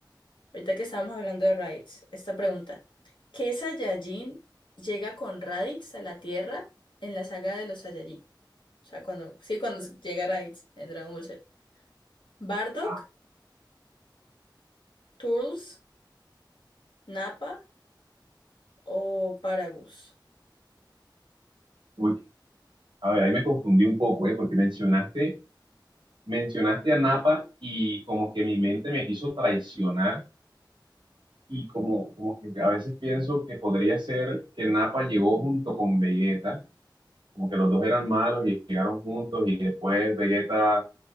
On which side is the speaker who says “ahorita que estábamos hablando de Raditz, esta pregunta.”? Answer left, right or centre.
Left